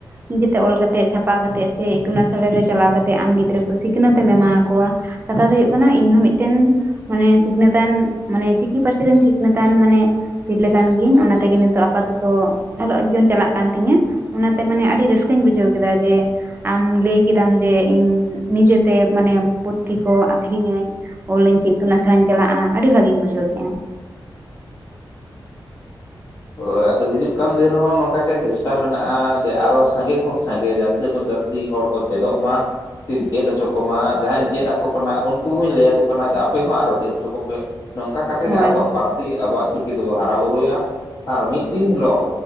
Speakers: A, on the right (about 25°); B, on the left (about 45°).
A: ᱱᱤᱡᱮ ᱛᱮ ᱚᱞ ᱠᱟᱛᱮᱜ ᱪᱷᱟᱯᱟᱣ ᱠᱟᱛᱮᱜ ᱥᱮ ᱤᱛᱩᱱ ᱟᱥᱲᱟ ᱨᱮ ᱪᱟᱞᱟᱣ ᱠᱟᱛᱮ ᱟᱢ ᱜᱤᱫᱽᱨᱟᱹ ᱠᱚ ᱥᱤᱠᱷᱱᱟᱹᱛ ᱮᱢ ᱮᱢᱟ ᱠᱚᱣᱟ ᱠᱟᱛᱷᱟ ᱫᱚ ᱦᱩᱭᱩᱜ ᱠᱟᱱᱟ ᱤᱧ ᱦᱚᱸ ᱢᱤᱫ ᱴᱮᱱ ᱢᱟᱱᱮ ᱥᱤᱠᱷᱱᱟᱹᱛᱟᱱ ᱢᱟᱱᱮ ᱪᱤᱠᱤ ᱯᱟᱹᱨᱥᱤ ᱨᱮᱱ ᱥᱤᱠᱷᱱᱟᱹᱛᱟᱱ ᱢᱟᱱᱮ ᱛᱤᱨᱞᱟᱹ ᱠᱟᱱ ᱜᱤᱭᱟᱹᱧ ᱚᱱᱟ ᱛᱮᱜᱮ ᱱᱤᱛᱚᱜ ᱟᱯᱟᱛᱚᱛᱚ ᱚᱞᱚᱜ ᱡᱤᱭᱚᱱ ᱪᱟᱞᱟᱜ ᱠᱟᱱ ᱛᱤᱧᱟᱹ ᱾ ᱚᱱᱟᱛᱮ ᱢᱟᱱᱮ ᱟᱹᱰᱤ ᱨᱟᱹᱥᱠᱟᱹᱧ ᱵᱩᱡᱷᱟᱹᱣ ᱠᱮᱫᱟ ᱡᱮ ᱟᱢ ᱞᱟᱹᱭ ᱠᱮᱫᱟᱢ ᱡᱮ ᱤᱧ ᱱᱤᱡᱮ ᱛᱮ ᱢᱟᱱᱮ ᱯᱩᱛᱷᱤ ᱠᱚ ᱟᱹᱠᱷᱨᱤᱧ ᱤᱧ ᱾ ᱚᱞ ᱤᱧ ᱥᱤ ᱤᱛᱩᱱ ᱟᱥᱲᱟᱧ ᱪᱟᱞᱟᱜᱼᱟ ᱟᱹᱰᱤ ᱵᱷᱟᱹᱜᱤᱧ ᱵᱩᱡᱷᱟᱹᱣ ᱠᱮᱜᱼᱟ ᱾
B: ᱦᱳᱭ ᱟᱫᱚ ᱦᱤᱡᱩᱜ ᱠᱟᱱ ᱫᱤᱱ ᱨᱮᱦᱚᱸ ᱱᱚᱝᱠᱟ ᱜᱮ ᱪᱮᱥᱴᱟ ᱢᱮᱱᱟᱜᱼᱟ ᱡᱮ ᱟᱨᱚ ᱥᱟᱸᱜᱮ ᱠᱷᱚᱱ ᱥᱟᱸᱜᱮ ᱡᱟᱹᱥᱛᱤ ᱠᱷᱚᱱ ᱡᱟᱹᱥ ᱛᱤ ᱦᱚᱲ ᱠᱚ ᱪᱮᱫᱚᱜ ᱢᱟ ᱾ ᱛᱤᱧ ᱪᱮᱫ ᱦᱚᱪᱚ ᱠᱚᱢᱟ ᱡᱟᱦᱟᱧ ᱪᱮᱫ ᱟᱠᱚ ᱠᱟᱱᱟ ᱩᱱᱠᱩ ᱦᱚᱸᱧ ᱞᱟᱹᱭ ᱟᱠᱚ ᱠᱟᱱᱟ ᱡᱮ ᱟᱯᱮ ᱦᱚᱸ ᱟᱨᱚ ᱪᱮᱫ ᱦᱚᱪᱚ ᱠᱚᱯᱮ ᱾ ᱱᱚᱝᱠᱟ ᱠᱟᱛᱮ
A: ᱦᱳᱭ
B: ᱜᱮ ᱟᱵᱚᱣᱟᱜ ᱯᱟᱹᱨᱥᱤ ᱟᱵᱚᱣᱟᱜ ᱪᱤᱠᱤ ᱫᱚᱵᱚ ᱦᱟᱨᱟ ᱵᱩᱨᱩᱭᱟ ᱾ ᱟᱨ ᱢᱤᱫ ᱫᱤᱱ ᱦᱤᱞᱳᱜ